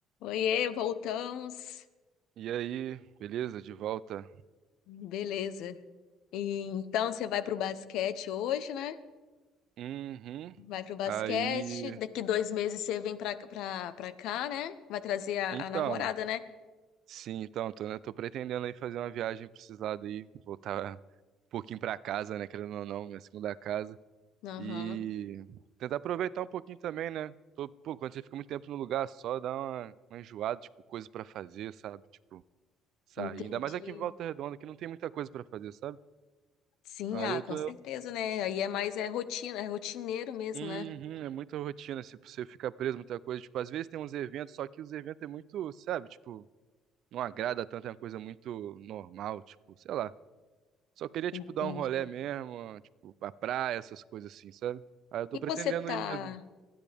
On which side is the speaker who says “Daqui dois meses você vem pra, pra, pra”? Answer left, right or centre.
Left